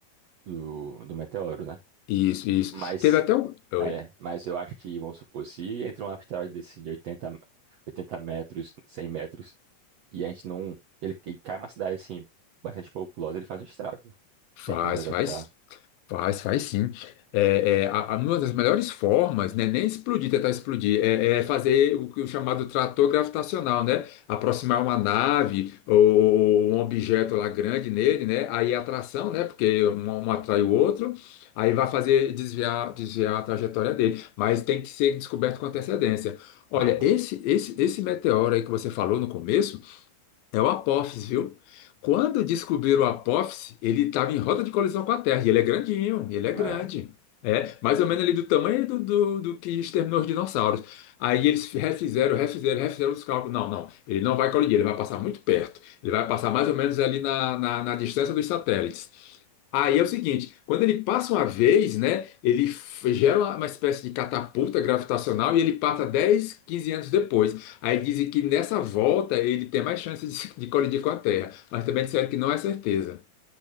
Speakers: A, on the right (about 70°); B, on the left (about 80°).
A: do, do meteoro, né?
B: Isso, isso.
A: Mas,
B: Teve até um. Oi.
A: é, mas eu acho que, vamos supor, se entra um asteroide desse de oitenta 80 metros, 100 metros, E a gente não. Ele, ele cai uma cidade assim, bastante populosa, ele faz um estrago.
B: Faz,
A: Se a gente não detectar.
B: faz. Faz, faz sim. É, é, a, a- uma das melhores formas, né, nem explodir, tentar explodir, é, é fazer o, que o chamado trator gravitacional, né? Aproximar uma nave ou, ou um objeto lá grande nele, né? Aí a atração, né? Porque um, um atrai o outro, aí vai fazer desviar, desviar a trajetória dele. Mas tem que ser descoberto com antecedência. Olha,
A: Aham.
B: esse, esse, esse meteoro aí que você falou no começo. É o apófis, viu? Quando descobriram o apófis, ele estava em rota de colisão com a Terra. E ele é grandinho, ele é
A: É.
B: grande. É, mais ou menos ali do tamanho do, do, do que exterminou os dinossauros. Aí eles refizeram, refizeram, refizeram os cálculos. Não, não, ele não vai colidir, ele vai passar muito perto. Ele vai passar mais ou menos ali na, na, na distância dos satélites. Aí é o seguinte, quando ele passa uma vez, né, ele f- gera uma uma espécie de catapulta gravitacional e ele passa 10, 15 anos depois. Aí dizem que nessa volta ele tem mais chance de, de colidir com a Terra, mas também disseram que não é certeza.